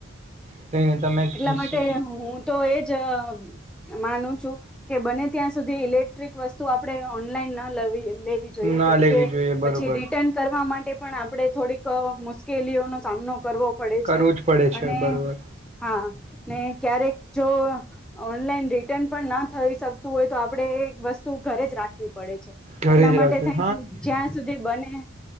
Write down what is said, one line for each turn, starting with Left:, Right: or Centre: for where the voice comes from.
Right: તે તમે
Centre: એટલા
Right: ખેશો
Centre: માટે હું તો એજ આહ માનું છું કે બને ત્યાં સુધી ઇલેક્ટ્રિક વસ્તુ આપણે ઓનલાઈન ના લવવી લેવી જોઈએ
Right: ના
Centre: કેમ
Right: લેવી
Centre: કે
Right: જોઈએ
Centre: પછી
Right: બરોબર
Centre: રિટર્ન કરવા માટ ટે પણ આપણે થોડીક અહ મુશ્કેલીઓનો સામનો કરવો પડે
Right: કરવું
Centre: છે
Right: જ પડે છે
Centre: અને
Right: બરોબર
Centre: હા ને એ જો ઓનલાઈન રિટર્ન પણ ના થઈ શકતું હોય તો આપડે એ વસ્તુ ઘરે જ રાખવી પડે છે.
Right: ઘરે
Centre: એટલા
Right: જ
Centre: માટે
Right: રાખ્યું
Centre: થઈ જ્યાં સુધી બને